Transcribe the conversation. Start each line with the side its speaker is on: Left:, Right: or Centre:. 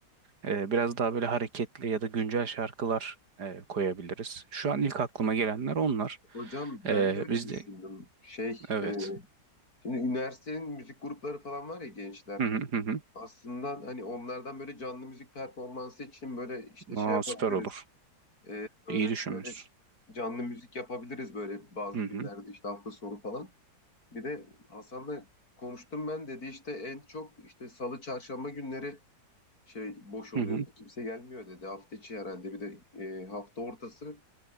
Right: Ee, biraz daha böyle hareketli ya da güncel şarkılar e, koyabiliriz. Şu an ilk aklıma gelenler onlar.
Left: Hocam ben
Right: Ee,
Left: de öyle
Right: biz
Left: düşündüm.
Right: de
Left: Şey,
Right: evet.
Left: e, Şimdi üniversitenin müzik grupları falan var ya gençler.
Right: Hı hı hı. hı.
Left: Aslında hani onlardan böyle canlı müzik performansı için böyle işte şey
Right: Aa,
Left: yapabiliriz.
Right: süper olur.
Left: Ee, öğrencilere
Right: İyi düşünmüşsün.
Left: canlı müzik yapabiliriz böyle bazı
Right: Hı
Left: günlerde
Right: hı
Left: işte hafta sonu falan. Bir de Hasan'la konuştum ben dedi işte en çok işte salı çarşamba günleri şey boş oluyor
Right: hı. hı.
Left: dedi. Kimse gelmiyor dedi. Hafta içi herhalde bir de e, hafta ortası